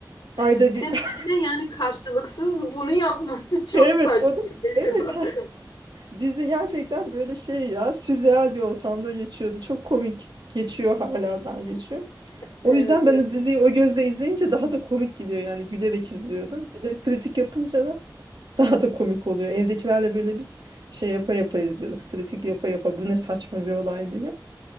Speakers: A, on the left (about 70°); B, on the right (about 75°).
A: Evet
B: Ayda
A: bir
B: bir.
A: de
B: <laughs>
A: birine yani karşılıksız bunu yapması <laughs> çok
B: Evet
A: saçma
B: o da.
A: geliyor.
B: Evet. Ha.
A: <laughs>
B: Dizi gerçekten böyle şey ya. Sürreal bir ortamda geçiyordu. Çok komik. Geçiyor hala daha geçiyor.
A: Evet
B: O yüzden ben
A: evet.
B: o diziyi o gözle izleyince daha da komik geliyor yani gülerek izliyordum. Bir de kritik yapınca da <laughs> Daha da komik oluyor. Evdekilerle böyle biz şey yapa yapa izliyoruz. Kritik yapa yapa bu ne saçma bir olay diye.